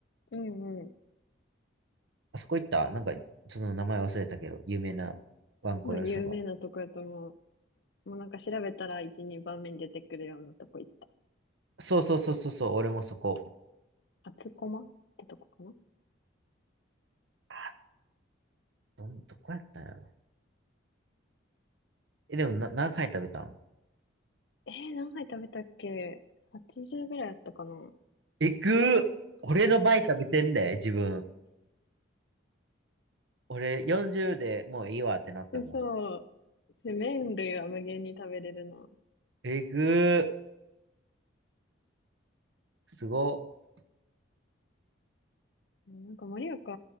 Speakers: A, on the left; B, on the right.
A: うんうん。
B: あそこ行った、なんか、その名前忘れたけど、有名なワンコ屋そば。
A: 多分有名なとこやと思う。もうなんか調べたら1、2番目に出てくるようなとこ行った。
B: そうそうそうそうそう、俺もそこ。
A: 厚駒ってとこかな
B: あ、どん、どこやったんやろ。え、でもな、何杯食べたん
A: えー、何杯食べたっけ ?80 ぐらいあったかな
B: えぐー俺の倍食べてんで、自分。俺40でもういいわってなったも
A: 嘘。し、麺類は無限に食べれるな。
B: ん。えぐーすごっ。
A: いやなんか、盛岡